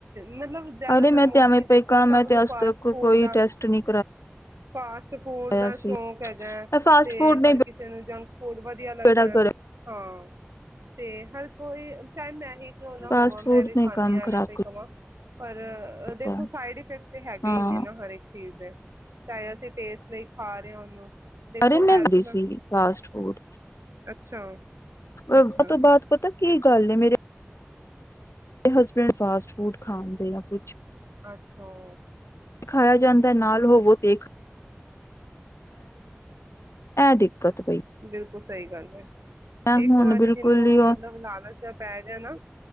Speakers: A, on the right (about 85°); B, on the left (about 85°).
A: ਮਤਲਬ ਜ਼ਿਆਦਾਤਰ
B: ਅਰੇ ਮੈਂ
A: ਮੋਸਟਲੀ
B: ਤੇ ਐਵੇਂ
A: ਦੇਖੋ,,
B: ਪਈ ਕ ਮੈਂ
A: ਸਭ
B: ਤੇ
A: ਨੂੰ
B: ਅੱਜ
A: ਫਾਸਟ
B: ਤੱਕ
A: ਫੂਡ
B: ਕੋਈ
A: ਦਾ,
B: ਟੈਸਟ ਨਹੀਂ
A: ਫਾਸਟ ਫੂਡ
B: ਕਰਾਇਆ
A: ਦਾ
B: ਸੀ
A: ਸ਼ੌਂਕ ਹੈਗਾ ਹੈ,
B: ਫਾਸਟ
A: ਤੇ
B: ਫੂਡ
A: ਹਰ
B: ਨੇ
A: ਕਿਸੇ ਨੂੰ ਜੰਕ ਹੋਰ ਵਧੀਆ
B: ਬੇੜਾ
A: ਲੱਗਦਾ
B: ਗਰਕ
A: ਹਾਂ। ਤੇ ਹਰ ਕੋਈ ਚਾਹੇ ਮੈਂ ਹੀ
B: ਫਾਸਟ
A: ਹੋਵਾਂ ਮੈਂ
B: ਫੂਡ
A: ਵੀ
B: ਨੇ
A: ਖਾਂਦੀ
B: ਕੰਮ
A: ਐਵੇਂ
B: ਖ਼ਰਾਬ
A: ਪਈ ਕਵਾਂ। ਪਰ,
B: ਕੀਤਾ
A: ਦੇਖੋ, ਸਾਈਡ ਇਫੈਕਟ ਤੇ ਹੈਗੇ
B: ਹਾਂ
A: ਹੀ ਨੇ ਨਾ ਹਰ ਇੱਕ ਚੀਜ਼ ਦੇ। ਚਾਹੇ ਅਸੀਂ ਟੇਸਟ ਲਈ, ਖਾ ਰਿਹੇ ਉਹਨੂੰ ਦੇਖੋ
B: <unintelligible>
A: ਹੈਲਥ ਨਾਲ
B: ਸੀ ਫਾਸਟ ਫੂਡ,
A: ਅੱਛਾ,
B: ਉਹਤੋ
A: ਅੱਛਾ
B: ਬਾਅਦ ਪਤਾ ਕੀ ਗੱਲ ਨੇ ਮੇਰੇ ਹਸਬੈਂਡ ਫਾਸਟ ਫੂਡ ਖਾਦੇ ਕੁਛ
A: ਅੱਛਾ
B: ਖਾਇਆ ਜਾਂਦਾ ਨਾਲ ਰੋਵੋ ਦੇਖ। ਦਿੱਕਤ ਪਈ
A: ਬਿਲਕੁਲ ਸਹੀ ਗੱਲ ਹੈ,
B: ਮੈਂ
A: ਇੱਕ
B: ਹੁਣ
A: ਵਾਰੀ
B: ਬਿਲਕੁਲ
A: ਜਿਹਨੂੰ
B: ਹੀ ਉਹ
A: ਮਤਲਬ ਲਾਲਚ ਪੈ ਜਾਏ ਨਾ